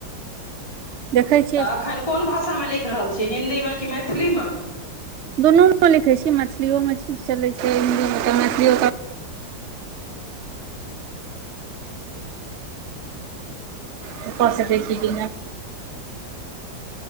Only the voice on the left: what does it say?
तऽ अखन कोन भाषामे लिख रहल छी हिन्दीमे कि मैथिलीमे